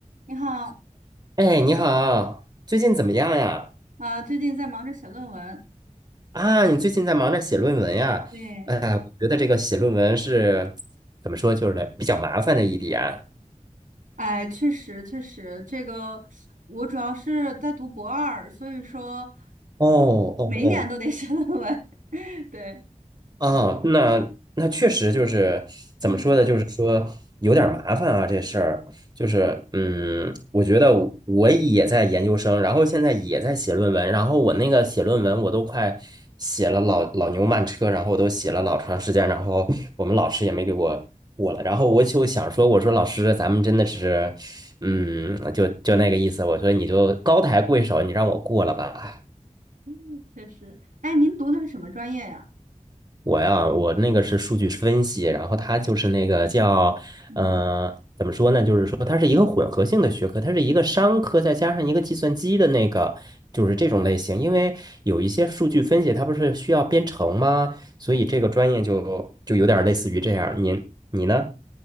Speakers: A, on the right; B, on the right.
A: 你好，
B: 哎，你好，最近怎么样呀？
A: 啊、最近在忙着写论文。
B: 啊，你最近在忙着写论文呀？
A: 对，
B: 哎呀，我觉得这个写论文是怎么说，就是比较麻烦的一点。
A: 哎，确实确实，这个我主要是在读博二，所以说
B: 哦哦哦，
A: 每一年都得写论文。<laughs> 对，
B: 啊，那那确实就是怎么说呢？
A: 嗯
B: 就是说有点儿麻烦啊，这事儿就是嗯，我觉得我我也在研究生，然后现在也在写论文，然后我那个写论文我都快写了老老牛慢车，然后我都写了老长时间，然后我们老师也没给我过了，然后我就想说，我说老师，咱们真的是嗯，就就那个意思，我说你就高抬贵手，你让我过了吧。
A: 嗯确实。哎，您读的是什么专业呀？
B: 我呀，我那个是数据分析，然后它就是那个叫，
A: 嗯，
B: 呃，怎么说呢？就是说它是一个混合性的学科，它是一个商科再加上一个计算机的那个，就是这种类型。因为有一些数据分析，它不是需要编程吗？所以这个专业就就有点类似于这样。您你呢？